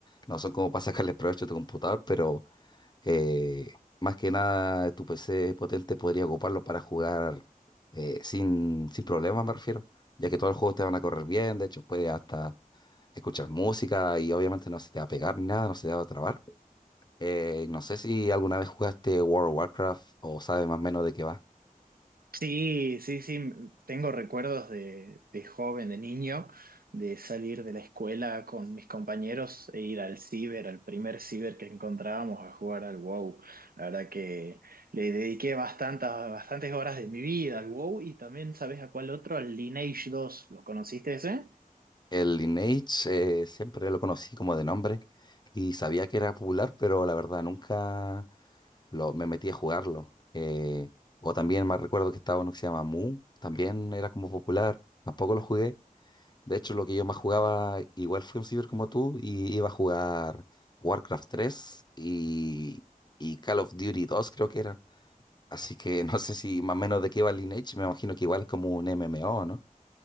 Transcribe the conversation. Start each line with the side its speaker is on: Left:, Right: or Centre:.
Left: No son como para sacarle provecho a tu computador, pero eh, más que nada, tu PC potente podría ocuparlo para jugar eh, sin, sin problemas, me refiero, ya que todos los juegos te van a correr bien, de hecho puedes hasta escuchar música y obviamente no se te va a pegar ni nada, no se te va a trabar. Eh, no sé si alguna vez jugaste World of Warcraft o sabes más o menos de qué va.
Right: Sí, sí, sí, tengo recuerdos de, de joven, de niño, de salir de la escuela con mis compañeros e ir al ciber, al primer ciber que encontrábamos a jugar al WoW. La verdad que le dediqué bastantes, bastantes horas de mi vida al WoW y también, ¿sabes a cuál otro? Al Lineage dos. ¿Lo conociste ese?
Left: El Lineage eh, siempre lo conocí como de nombre y sabía que era popular, pero la verdad nunca lo, me metí a jugarlo. Eh, o también más recuerdo que estaba uno que se llama Mu, también era como popular, tampoco lo jugué. De hecho, lo que yo más jugaba, igual fui un ciber como tú, y iba a jugar Warcraft 3 y, y Call of Duty dos creo que era. Así que <laughs> no sé si más o menos de qué va Lineage, me imagino que igual es como un MMO, ¿no?